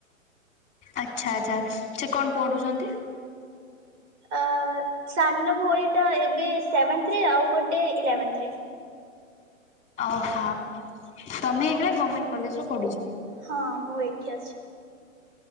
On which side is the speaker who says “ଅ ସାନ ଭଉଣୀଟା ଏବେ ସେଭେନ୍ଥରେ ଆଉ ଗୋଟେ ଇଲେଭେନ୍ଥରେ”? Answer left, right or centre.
Right